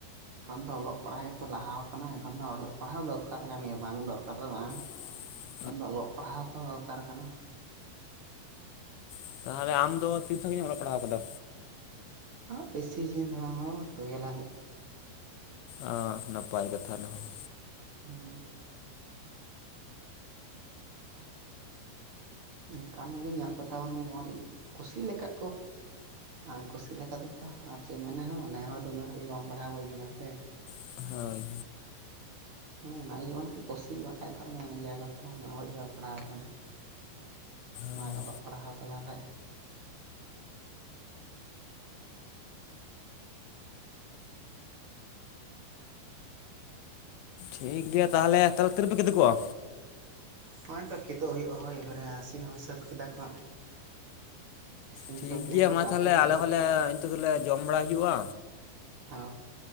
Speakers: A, on the right; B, on the left.
A: ᱮᱠᱷᱚᱱ ᱫᱚ ᱚᱞᱚᱜ ᱯᱟᱲᱦᱟᱜ ᱜᱮᱛᱚ ᱞᱟᱦᱟᱣ ᱟᱠᱟᱱᱟ ᱮᱠᱷᱚᱱ ᱫᱚ ᱚᱞᱚᱜ ᱯᱟᱲᱦᱟᱣ ᱫᱚᱨᱠᱟᱨ ᱠᱟᱱ ᱜᱮᱭᱟ ᱵᱟᱝ ᱫᱚᱨᱠᱟᱨ ᱫᱚ ᱵᱟᱝ
B: <unintelligible>
A: ᱮᱠᱷᱚᱱ ᱫᱚ ᱚᱞᱚᱜ ᱯᱟᱲᱦᱟᱣ ᱦᱚᱛᱚ ᱫᱚᱨᱠᱟᱨ ᱠᱟᱱᱟ
B: ᱚ ᱛᱟᱸᱦᱚᱞᱮ ᱟᱢ ᱫᱚ ᱛᱤᱱ ᱥᱟᱹᱜᱤᱧ ᱮᱢ ᱚᱞᱚᱜ ᱯᱟᱲᱦᱟᱣ ᱟᱠᱟᱫᱟ᱾
A: ᱦᱚᱸ ᱵᱮᱥᱤ ᱥᱟᱹᱜᱤᱧ ᱫᱚ ᱵᱟᱝ ᱦᱚᱸ ᱴᱩᱭᱮᱞᱵᱽ ᱦᱟᱹᱵᱤᱡᱽ᱾
B: ᱚᱻ ᱱᱟᱯᱟᱭ ᱠᱟᱛᱷᱟ ᱚᱱᱟ ᱦᱚᱸ,
A: <unintelligible> ᱚᱱᱠᱟᱱ ᱠᱚᱜᱮ ᱧᱮᱞ ᱠᱚ ᱛᱟᱵᱚᱱ ᱢᱮ ᱡᱮᱢᱚᱱ ᱠᱩᱥᱤᱠ ᱞᱮᱠᱟᱜ ᱠᱚ ᱵᱟᱝ ᱠᱩᱥᱤ ᱞᱮᱠᱟ ᱫᱚ, ᱟᱨ ᱪᱮᱫ ᱮᱢ ᱢᱮᱱᱟ ᱦᱚᱸ ᱱᱮ ᱦᱚᱲ ᱫᱚ ᱩᱱᱟᱹᱜ ᱦᱟᱹᱵᱤᱡ ᱵᱟᱢ ᱯᱟᱲᱦᱟᱣ ᱦᱩᱭ ᱟᱠᱟᱱᱟ ᱥᱮ,
B: ᱦᱳᱭ ᱦᱳᱭ,
A: ᱦᱚ ᱚᱱᱟᱜᱮ ᱡᱮᱢᱚᱱ ᱠᱚ ᱠᱩᱥᱤᱜ ᱵᱟᱠᱷᱟᱡ ᱫᱚ ᱢᱮᱱ ᱜᱮᱭᱟ ᱠᱚ ᱛᱚ ᱩᱱᱟᱹᱜ ᱦᱟᱹᱵᱤᱡ ᱵᱟᱭ ᱯᱟᱲᱦᱟᱣ ᱟᱠᱟᱫᱟ ᱾ ᱢᱟᱭ
B: ᱦᱳᱭ
A: ᱚᱞᱚᱜ ᱯᱟᱲᱦᱟᱣ ᱠᱟᱫᱟ ᱦᱟᱡ,
B: ᱴᱷᱤᱠ ᱜᱮᱭᱟ ᱛᱟᱸᱦᱚᱞᱮ, ᱛᱟᱦᱚᱞᱮ ᱛᱤᱨ ᱨᱮᱯᱮ ᱠᱤᱫᱤ ᱠᱚᱜᱼᱟ᱾
A: ᱦᱚᱜ-ᱚᱭ ᱛᱚ ᱠᱮᱫᱚᱜ ᱦᱩᱭᱩᱜ-ᱟ ᱦᱳᱭ ᱮᱵᱟᱨᱮ ᱟᱹᱥᱤᱱ ᱦᱚᱸ ᱥᱟᱹᱛ ᱠᱮᱫᱟ ᱠᱚ ᱦᱟᱜ ᱤᱥᱤᱱ
B: ᱴᱷᱤᱠ
A: ᱥᱟᱹᱛ ᱞᱮᱭᱟᱠᱚ
B: ᱜᱮᱭᱟ ᱢᱟ
A: ᱛᱟᱯᱚᱨᱮ
B: ᱛᱟᱦᱚᱞᱮ
A: ᱠᱤᱫᱩ
B: ᱟᱞᱮ ᱦᱚᱸᱞᱮ ᱱᱤᱛᱚᱜ ᱫᱚᱞᱮ ᱡᱚᱢ ᱵᱟᱲᱟ ᱦᱩᱭᱩᱜᱼᱟ
A: ᱚ